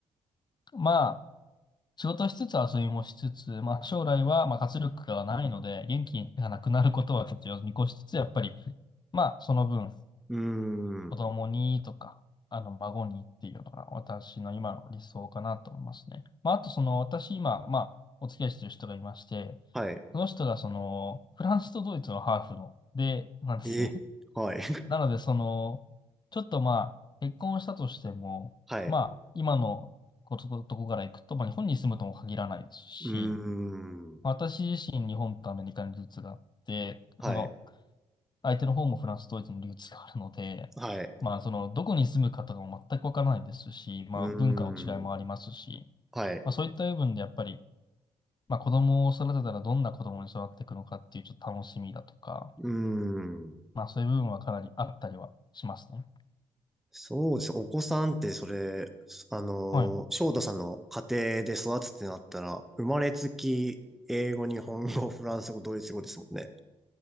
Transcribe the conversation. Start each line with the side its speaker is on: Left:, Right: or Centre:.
Left: まあ、仕事しつつ遊びもしつつ、まあ、将来はまあ活力がないので、元気がなくなることはちょっと見越しつつ、やっぱり、まあ、その分、
Centre: うー
Left: 子供にとか、
Centre: ん。
Left: あの、孫にっていうのが私の今の理想かなと思いますね。まあ、あと、その、私今、まあ、お付き合いしてる人がいまして、
Centre: はい。
Left: その人が、その、フランスとドイツのハーフの、で、なんですね。
Centre: え、はい。
Left: なので、その、ちょっとまあ、結婚したとしても、
Centre: <laughs> はい。
Left: まあ、今のこつことこから行くと、まあ、日本に住むとも限らないですし、
Centre: うーん。
Left: 私自身、日本とアメリカにルーツがあって、
Centre: はい。
Left: その、相手の方もフランス、ドイツにルーツがあるので、
Centre: はい。
Left: まあ、その、どこに住むかとかも全くわからないですし、まあ、
Centre: うーん。
Left: 文化の違いもありますし、
Centre: はい。
Left: まあ、そういった部分でやっぱり、まあ、子供を育てたらどんな子供に育っていくのかっていうちょっと楽しみだとか、
Centre: うーん。
Left: まあ、そういう部分はかなりあったりはしますね。
Centre: そうです。お子さんってそれ、あの、
Left: はい。
Centre: 翔太さんの家庭で育つってなったら、生まれつき英語、日本語、フランス語、ドイツ語ですもんね。